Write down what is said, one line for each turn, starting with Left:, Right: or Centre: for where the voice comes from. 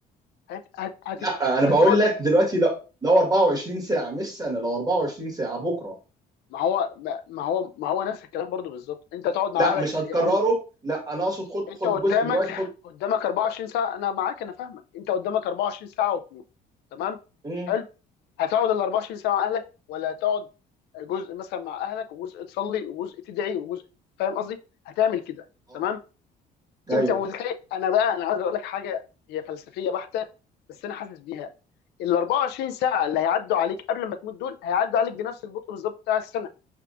Left: هت... هت... هت...
Right: لا انا
Left: هتقعد
Right: بقول لك دلوقتي لا لو 24 ساعه مش سنه لو 24 ساعه بكره
Left: ما هو ما ما هو ما هو نفس الكلام برضو بالظبط انت هتقعد
Right: لا
Left: مع اهلك
Right: مش هتكرره
Left: يا عم
Right: لا انا اقصد خد
Left: انت
Right: خد
Left: قدامك
Right: جزء دلوقتي خد
Left: قدامك 24 ساعه انا معاك انا فاهمك انت قدامك 24 ساعه وتموت تمام
Right: امم
Left: حلو هتقعد ال 24 ساعه مع اهلك ولا هتقعد جزء مثلا مع اهلك وجزء تصلي وجزء تدعي وجزء فاهم قصدي هتعمل كده
Right: اه
Left: تمام
Right: ايوه
Left: انت متخيل انا بقى انا عايز اقول لك حاجه هي فلسفيه بحته بس انا حاسس بيها ال 24 ساعه اللي هيعدوا عليك قبل ما تموت دول هيعدوا عليك بنفس البطء بالظبط بتاع السنه